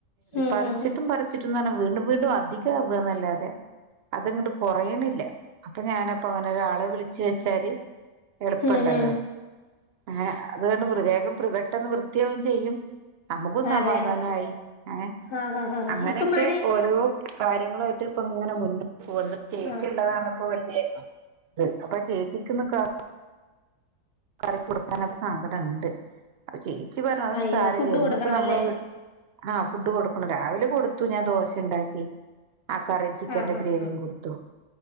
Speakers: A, on the left; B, on the right.
A: ഉം
B: പറിച്ചിട്ടും
A: ഉം ഉം
B: പറിച്ചിട്ടുംന്ന് പറഞ്ഞാ വീണ്ടും വീണ്ടും അധിക ആവുകന്നല്ലാതെ അതങ്ങട്ട് കൊറയണില്ല അപ്പൊ ഞാനപ്പോ അങ്ങനെ ഒരാളെ വിളിച്ചു വെച്ചാല് എളുപ്പണ്ടല്ലോഏ
A: ഉം ഉം
B: അത്കണ്ട് മൃതകം പെട്ടെന്ന് വൃത്തിയാവെയും ചെയ്യും നമുക്കും സമാധാനയി
A: അതെ ആ
B: ഏഹ
A: ആഹ് ആഹ് ആഹ്
B: അങ്ങനെയൊക്കെ
A: ഇപ്പൊ മഴ
B: ഓരോ കാര്യങ്ങളായിട്ട് ഇപ്പ ഇങ്ങനെ മുന്നോ ഒന്നു ചേച്ചിള്ളതാണ്
A: ആ
B: ഇപ്പോ വലിയഇത് ഇന്ന് അപ്പൊ ചേച്ചി കറി കൊടുക്കാനരു സങ്കടം ഉണ്ട് അ ചെയ്യ് ഉമ്മച്ചി പറഞ്ഞ അതൊന്നും
A: അയ്യോ
B: സാരല്ലേ
A: ഫുഡ്
B: ഇന്നും
A: കൊടുക്കണം
B: ഇപ്പൊനമ്മളെ
A: അല്ലേ
B: വീട്ടി ആഹ് ഫുഡ് കൊടുക്കണം രാവിലെ കൊടുത്തു ഞാൻ ദോശണ്ടാക്കി ആ കറി ചിക്കന്റെ
A: ആഹ് ആഹ്
B: ഗ്രേവിയും കൊടുത്തു